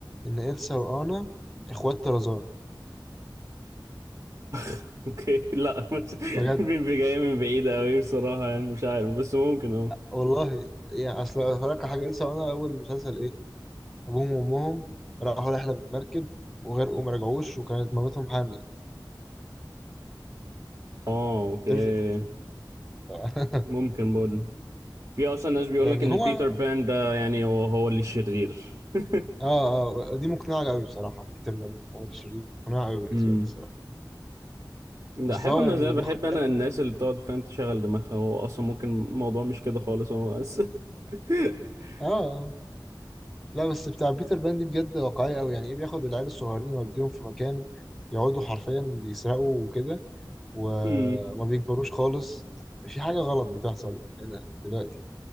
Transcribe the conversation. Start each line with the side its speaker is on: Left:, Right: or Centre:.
Centre: ان إلسا وانا اخوات طرزان
Right: <laughs> اوكي لا بس
Centre: بجد
Right: <laughs> جايه من بعيد قوي بصراحه يعني مش عارف بس ممكن اه
Centre: والله يعني اصل هقولك على حاجه إلسا وانا اول المسلسل ايه ابوهم وامهم راحوا رحله بالمركب وغرقوا وما رجعوش وكانت مامتهم حامل
Right: اه اوكي
Centre: بيرفكت <laughs>
Right: ممكن برضه في اصلا ناس بيقول
Centre: يعني
Right: لك ان
Centre: هما
Right: بيتر بان ده يعني هو هو اللي الشرير <laughs>
Centre: اه اه دي مقنعه قوي بصراحه كتير من عمر الشريف مقنعه قوي بالنسبه
Right: امم
Centre: لي الصراحه
Right: لا
Centre: اصل
Right: احب
Centre: هو
Right: انا
Centre: يعني
Right: زي بحب
Centre: بياخد
Right: انا
Centre: العيال
Right: الناس
Centre: ويوديهم-
Right: اللي بتقعد فاهم تشغل دماغها هو اصلا ممكن الموضوع مش كده خالص هو بس <laughs>
Centre: اه آه. لا بس بتاع بيتر بان دي بجد واقعيه قوي يعني ايه بياخد العيال الصغيرين يوديهم في مكان يقعدوا حرفيا بيسرقوا وكده وما
Right: امم
Centre: بيكبروش خالص في حاجة غلط بتحصل هنا دلوقتي